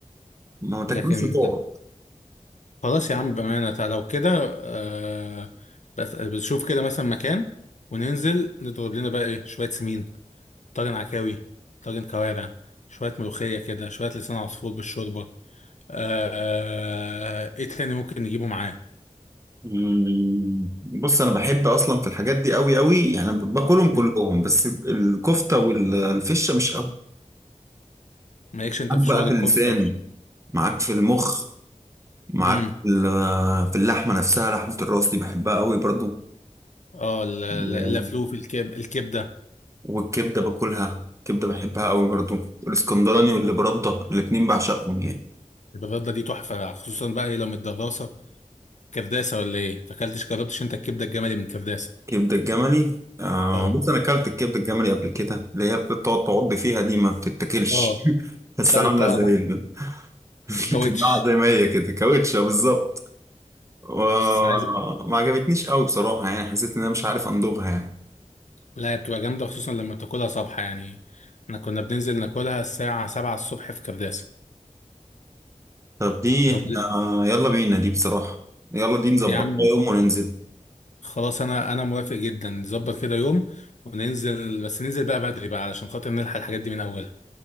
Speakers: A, on the right; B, on the left.
A: ما تاكلوش
B: لكن
A: وتقعد
B: خلاص يا عم بامانه تع- لو كده آه بس بنشوف كده مثلا مكان وننزل نضرب لنا بقى ايه شويه سمين طاجن عكاوي طاجن كوارع شويه ملوخيه كده شويه لسان عصفور بالشوربه آه ايه تاني ممكن نجيبه معاه
A: مم. بص انا بحب اصلا في الحاجات دي قوي قوي يعني باكلهم
B: مم.
A: كلهم بس الكفته والفشه مش قوي
B: مالكش انت
A: معاك
B: في
A: بقى
B: شغل
A: في
B: الكفته
A: اللسان معاك في المخ معاك
B: امم
A: في ال- في اللحمة نفسها لحمة الراس دي بحبها قوي برضو
B: اه ال- ال-
A: و-
B: اللفلوف الكب... الكبده
A: والكبدة باكلها كبدة بحبها قوي برضو والاسكندراني واللي برده الاتنين بعشقهم يعني
B: الغدة دي تحفة خصوصا بقى ايه لو من الدراسة كرداسة ولا ايه تاكلتش جربتش انت الكبدة الجملي من كرداسة
A: كبدة الجملي آه
B: اه
A: بص انا اكلت الكبدة الجملي قبل كده اللي هي بتقعد تعض فيها دي ما بتتاكلش
B: اه
A: <laughs> بس
B: حساب
A: عاملة
B: الطاقة
A: زي
B: تحت
A: ال- <laughs> بتتباع
B: كاوتش
A: زي ما هي كده كاوتشة بالظبط وما
B: بس عايز
A: عجبتنيش قوي بصراحة يعني حسيت ان انا مش عارف امضغها يعني
B: لا هي بتبقى جامدة خصوصا لما بتاكلها صبح يعني احنا كنا بننزل ناكلها الساعة 7 الصبح في كرداسة
A: طب دي
B: نب-
A: احنا يلا بينا دي بصراحة يلا دي نظبطها
B: يا عم
A: يوم وننزل
B: خلاص انا انا موافق جدا نظبط كده يوم وننزل بس ننزل بقى بدري بقى علشان خاطر نلحق الحاجات دي من اولها